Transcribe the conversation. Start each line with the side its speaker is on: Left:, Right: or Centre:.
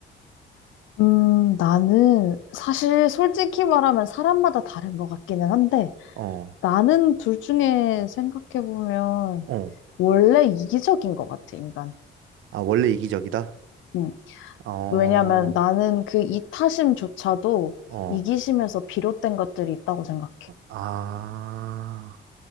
Left: 음, 나는 사실 솔직히 말하면 사람마다 다른 것 같기는 한데
Right: 어,
Left: 나는 둘 중에 생각해보면
Right: 어.
Left: 원래 이기적인 것 같아, 인간.
Right: 아, 원래 이기적이다?
Left: 응.
Right: 어,
Left: 왜냐면 나는 그 이타심조차도
Right: 어.
Left: 이기심에서 비롯된 것들이 있다고 생각해.
Right: 아.